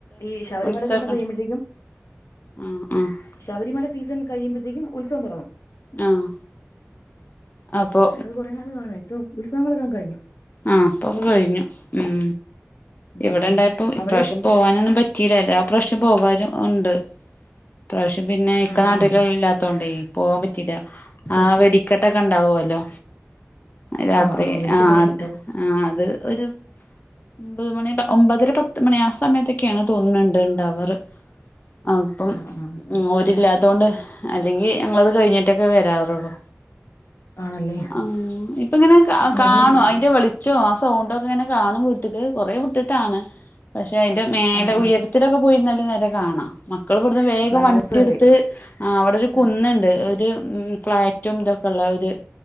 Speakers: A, on the left; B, on the left.
A: ഈ ശബരിമല
B: ഉത്സവൊക്കെണ്ട്
A: സീസൺ കഴിയുമ്പഴത്തേക്കും
B: ആ ആ
A: ശബരിമല സീസൺ കഴിയുമ്പഴത്തേക്കും ഉത്സവം തൊടങ്ങും
B: ആഹ് അപ്പൊ
A: <unintelligible> കാണും ഇപ്പം ഉത്സവങ്ങളൊക്കെ കഴിഞ്ഞു.
B: ആഹ് ഇപ്പൊക്കെ കഴിഞ്ഞു ഉം
A: ഉം
B: ഇവടെ
A: ഉം
B: ണ്ടായപ്പോ
A: അവിടെയോ
B: ഇപ്രാവശ്യം പോവാനൊന്നും പറ്റീല എല്ലാ പ്രാവശ്യം പോവാനും ഉണ്ട് ഇപ്രാവ്ശ്യം പിന്നെ ഇക്ക
A: ആ
B: നാട്ട്ലില്ലാത്തോണ്ടേ
A: ആ
B: പോവാം പറ്റീല.
A: പോ
B: ആഹ് വെടിക്കെട്ടൊക്കെ ണ്ടാവോലോ രാത്രി
A: ആ ആ വെടിക്കെട്ടൊക്കെ
B: ആഹ്
A: ഉണ്ടാവും
B: ആഹ് അത് ഒര് ഒമ്പത് മണി പ ഒമ്പതര, പത്ത് മണി ആ സമയത്തൊക്കേണ് തോന്ന്ണ് ണ്ട് ഇണ്ടാവാറ്. അപ്പം
A: ആ ആ
B: ഉം ഓരില്ലാത്തോണ്ട് അല്ലെങ്കി ഞങ്ങളത് കഴിഞ്ഞിട്ടൊക്കെ വെരാറൊള്ളു
A: ആണല്ലേ
B: ഉം ഇപ്പങ്ങനെ അകാണോ
A: ഞങ്ങളും പോവും
B: അയ്ന്റെ വെളിച്ചോം ആ സോണ്ടൊക്കെങ്ങനെ കാണും വീട്ട്ക്ക് കൊറേ വ്ട്ട്ട്ടാണ്. പക്ഷെ അയ്ന്റെ മേലെ
A: ആ ആ
B: ഉയരത്തിലൊക്കെ പോയി ന്നാല് നേരെ കാണാ മക്കള് വ്ട്ന്ന് വേഗം
A: നല്ല
B: വണ്ടിട്ത്ത്
A: രസല്ലേ
B: ആഹ് വടെ ഒര് കുന്ന്ണ്ട്
A: ആ
B: ഒര് ഉം ഫ്ളാറ്റും തൊക്കെള്ള ഒര്